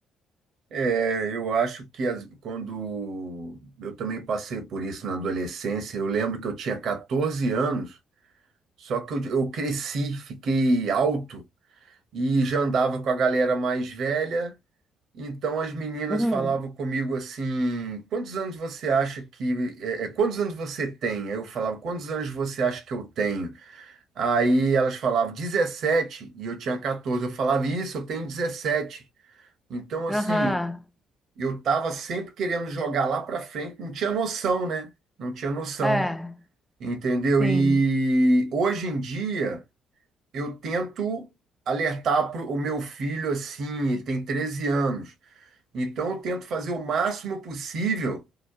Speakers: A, on the right; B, in the centre.
A: É, eu acho que as- quando eu também passei por isso na adolescência, eu lembro que eu tinha 14 anos, só que eu, eu cresci, fiquei alto e já andava com a galera mais velha. Então as meninas
B: Uhum.
A: falavam comigo assim: quantos anos você acha que. É, é, quantos anos você tem? Aí eu falava: quantos anos você acha que eu tenho? Aí elas falavam 17 e eu tinha 14. Eu falava: isso, eu tenho 17. Então, assim,
B: Aham.
A: eu tava sempre querendo jogar lá para frente, não tinha noção, né? Não tinha noção,
B: É,
A: entendeu?
B: sim.
A: E hoje em dia eu tento alertar pro o meu filho assim, ele tem 13 anos. Então eu tento fazer o máximo possível